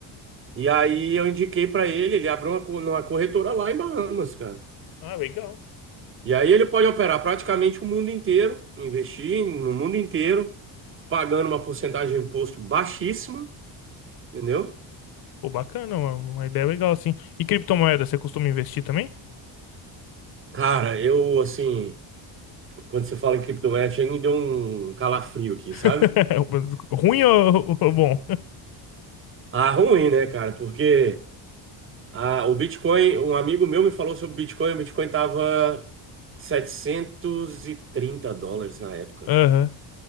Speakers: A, on the right; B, on the left.
A: E aí eu indiquei para ele, ele abriu uma, co- uma corretora lá em Bahamas, cara.
B: ah, legal.
A: E aí ele pode operar praticamente o mundo inteiro, investir no mundo inteiro, pagando uma porcentagem de imposto baixíssima, entendeu?
B: Pô, bacana, uma, uma ideia legal, assim. E criptomoeda, você costuma investir também?
A: Cara, eu assim, quando você fala em criptomoeda, chega e me deu um calafrio aqui,
B: <laughs>
A: sabe?
B: Ruim ou, ou bom?
A: Ah, ruim, né, cara? Porque Ah, o Bitcoin, um amigo meu me falou sobre o Bitcoin. O Bitcoin tava 730 dólares na época.
B: Aham,